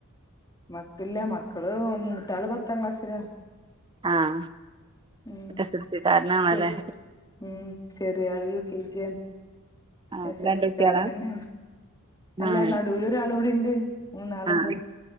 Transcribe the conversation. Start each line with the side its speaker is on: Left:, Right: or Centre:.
Left: മക്കില്ല മക്കള് മുറ്റാള് പത്താം ക്ലാസ്സിലാ
Right: ആഹ്
Left: ഉ
Right: എസ് എൽ സി കാരനാണല്ലേ
Left: ശരി ഉം ചെറിയള യു കെ ജെൻ
Right: ആഹ്
Left: എസ്
Right: രണ്ട്
Left: എൽ സിക്കാരന
Right: കുട്ടികളാ
Left: തന്നെ അല്ല
Right: ആഹ്
Left: നടുവൽ ഒരാള കൂടി ഇണ്ട് മ നളുണ്ട്
Right: ആഹ്